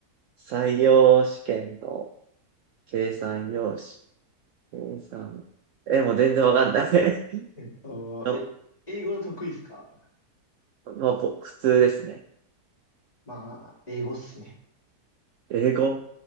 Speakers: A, on the right; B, on the left.
A: 採用試験の計算用紙。計算。えー、もう全然わかんない。<laughs>
B: えっと、
A: の
B: え、英語得意ですか
A: まあ、ぼ普通ですね。
B: まあ、英語っすね。
A: 英語。